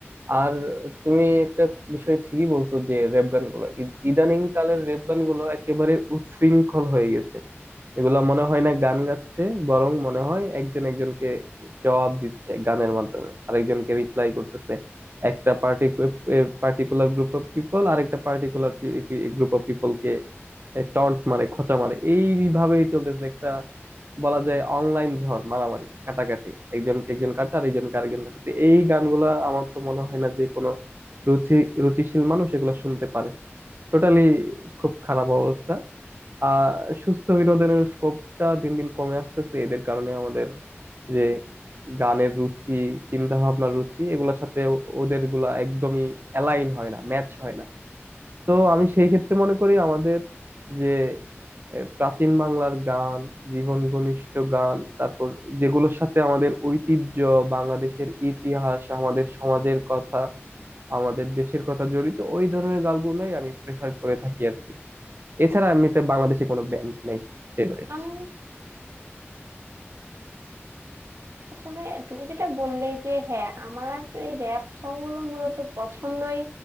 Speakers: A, on the right; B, on the right.
A: আর তুমি একটা বিষয় ঠিকই বলছো যে রেপ গানগুলো ই- ইদানিং কালের রেপ গানগুলো একেবারে উচ্ছৃঙ্খল হয়ে গেছে এগুলা মনে হয় না গান গাচ্ছে বরং মনে হয় একজন একজনকে জবাব দিচ্ছে গানের মাধ্যমে আরেকজনকে রিপ্লাই করতেছে একটা পার্টি পার্টিকুলার গ্রুপ অফ পিপল আরেকটা পার্টিকুলার গ্রুপ অফ পিপলকে টন্ট মারে খোঁচা মারে এইভাবেই চলতেছে একটা বলা যায় অনলাইন ঝড় মারামারি কাটাকাটি একজনকে একজন কাটা আর একজনকে আরেকজন কাটা তো এই গানগুলা আমার তো মনে হয় না যে কোনো রুচি রুচিশীল মানুষ এগুলা শুনতে পারে টোটালি খুব খারাপ অবস্থা আহ সুস্থ বিনোদনের স্কোপটা দিন দিন কমে আসতেছে এদের কারণে আমাদের যে গানের রুচি চিন্তা ভাবনার রুচি এগুলোর সাথে ও- ওদের গুলা একদমই অ্যালাইন হয় না ম্যাচ হয় না তো আমি সেই ক্ষেত্রে মনে করি আমাদের যে আহ, প্রাচীন বাংলার গান জীবন ঘনিষ্ঠ গান তারপর যেগুলোর সাথে আমাদের ঐতিহ্য বাংলাদেশের ইতিহাস আমাদের সমাজের কথা আমাদের দেশের কথা জড়িত ওই ধরনের গানগুলোই আমি প্রেফার করে থাকি আর কি এছাড়া এমনিতে বাংলাদেশে কোনো ব্যান্ড নেই ফেভারিট
B: আমি আসলে তুমি যেটা বললে যে হ্যাঁ আমার এই র‍্যাপ সং গুলো মূলত পছন্দই